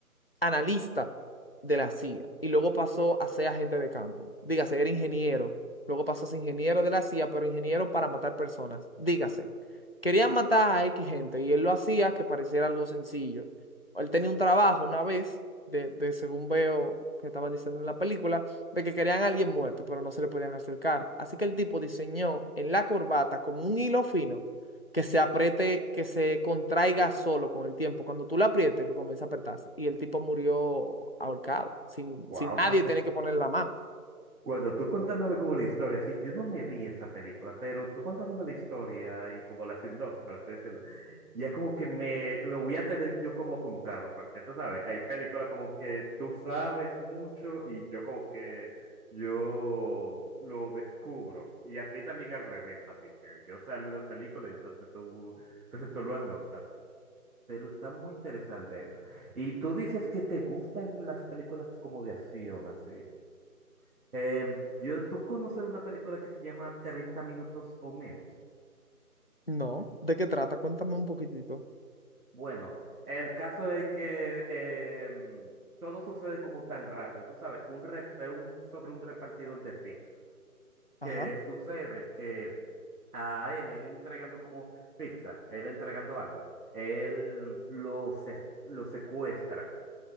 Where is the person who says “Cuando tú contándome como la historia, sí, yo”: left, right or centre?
Right